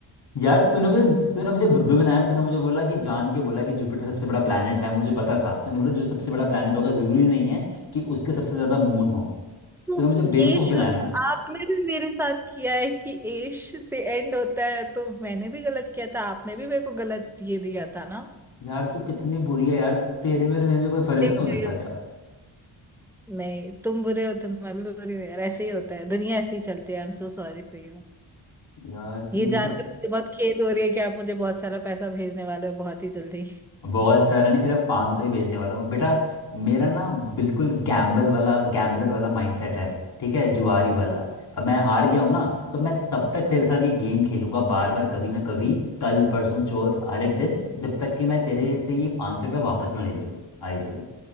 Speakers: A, on the left; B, in the centre.
A: यार तूने मुझे तूने मुझे बुद्धू बनाया तूने मुझे बोला कि जान के बोला कि जुपिटर सबसे बड़ा प्लेनेट है मुझे पता था तूने बोला जो सबसे बड़ा प्लेनेट होगा जरूरी नहीं है कि उसके सबसे ज्यादा मून हो
B: तो
A: तूने मुझे बेवकूफ
B: ये शुरू
A: बनाया ना
B: आपने भी मेरे साथ किया है कि एश से एंड होता है तो मैंने भी गलत किया था आपने भी मेरे को गलत ये दिया था ना
A: यार तू कितनी बुरी है यार तेरे में और मेरे में कोई फर्क
B: तुम
A: नहीं हो
B: बुरे
A: सकता क्या
B: हो नहीं तुम बुरे हो तो मैं भी बुरी हूँ यार ऐसे ही होता है दुनिया ऐसे ही चलती है I am so sorry for you
A: यार तू
B: ये
A: ये
B: जानकर
A: सब
B: मुझे बहुत खेद हो रही है कि आप मुझे बहुत सारा पैसा भेजने वाले हो बहुत ही जल्दी
A: बहुत सारा नहीं सिर्फ 500 सौ ही बेचने वाला हूँ बेटा मेरा ना बिल्कुल गैम्बल वाला गैम्बलर वाला माइंडसेट है ठीक है जुआरी वाला अब मैं हार गया हूँ ना तो मैं तब तक तेरे साथ ये गेम खेलूंगा बार बार कभी ना कभी कल परसों चौथ हर एक दिन जब तक कि मैं तेरे से ये 500 सौ रुपये वापस ना ले लूँ आई बड़ी